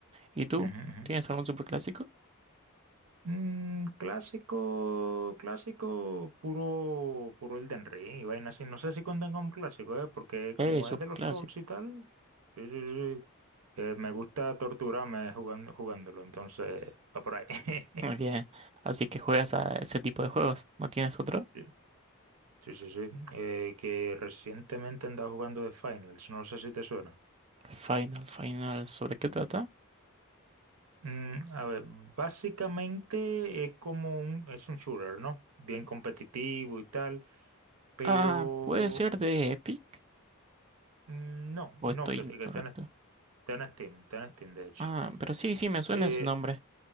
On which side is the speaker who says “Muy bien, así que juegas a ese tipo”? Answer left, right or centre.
Right